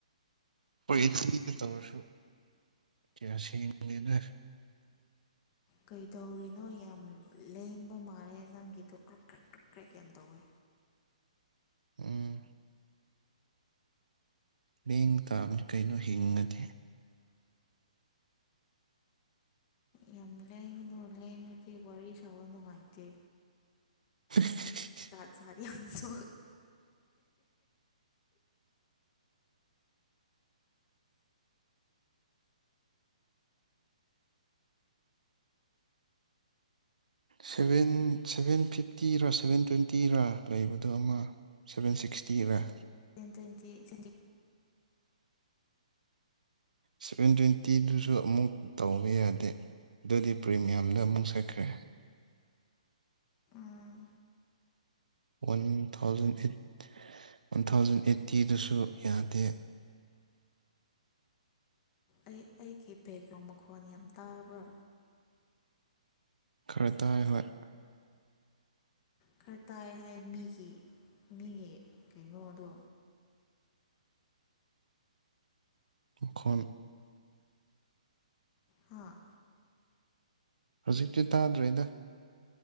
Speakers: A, on the right (about 85°); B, on the left (about 30°).
A: ꯍꯣꯏ ꯇꯧꯔꯁꯨ ꯀꯌꯥ ꯁꯦꯡꯉꯦꯅ
B: ꯀꯩ ꯇꯧꯔꯤ ꯅꯣꯏ ꯌꯥꯝ ꯂꯦꯡꯕ ꯃꯥꯜꯂꯦ ꯅꯪꯒꯤꯗꯣ ꯀ꯭ꯔꯛ ꯀ꯭ꯔꯦꯛ ꯀ꯭ꯔꯛ ꯀ꯭ꯔꯦꯛ ꯌꯥꯝ ꯇꯧꯋꯦ
A: ꯎꯝ ꯂꯦꯡ ꯇꯥꯝꯅꯤ ꯀꯩꯅꯣ ꯍꯤꯡꯉꯗꯦ
B: ꯌꯥꯝ ꯂꯩ ꯂꯦꯉꯗꯤ ꯋꯥꯔꯤ ꯁꯥꯟꯅꯕ ꯅꯨꯡꯉꯥꯏꯇꯦ
A: <unintelligible>
B: ꯆꯔꯤ ꯌꯥꯝꯁꯨ
A: ꯁꯦꯚꯦꯟ ꯁꯦꯚꯦꯟ ꯐꯤꯐꯇꯤꯔꯥ ꯁꯚꯦꯟ ꯇ꯭ꯋꯦꯟꯇꯤꯔꯥ ꯂꯩꯕꯗꯣ ꯑꯃ ꯁꯚꯦꯟ ꯁꯤꯛꯁꯇꯤ ꯑꯣꯏꯅ
B: ꯇꯌꯦꯟꯇꯤ ꯁꯖꯤ
A: ꯁꯚꯦꯟ ꯇ꯭ꯋꯦꯟꯇꯤꯗꯨꯁꯨ ꯑꯃꯨꯛ ꯇꯧꯕ ꯌꯥꯗꯦ ꯑꯗꯨꯗꯤ ꯄ꯭ꯔꯤꯃꯤꯌꯝꯗ ꯑꯃꯨꯛ ꯁꯠꯈ꯭ꯔꯦ
B: ꯎꯝ
A: one thousand eight one thousand ꯑꯦꯠꯇꯤꯗꯨꯁꯨ ꯌꯥꯗꯦ
B: ꯑꯩ ꯑꯩꯒꯤ ꯕꯦꯛꯒ꯭ꯔꯥꯎꯟ ꯃꯈꯣꯟ ꯌꯥꯝ ꯇꯥꯕ꯭ꯔꯥ
A: ꯈꯔꯗꯥꯥꯏ ꯍꯣꯏ
B: ꯈꯔ ꯇꯥꯏ ꯍꯥꯏ ꯃꯤꯒꯤ ꯃꯤꯒꯤ ꯀꯩꯅꯣꯗꯣ
A: ꯈ
B: ꯍꯥ
A: ꯍꯧꯖꯤꯛꯇꯤ ꯇꯥꯗ꯭ꯔꯦꯗ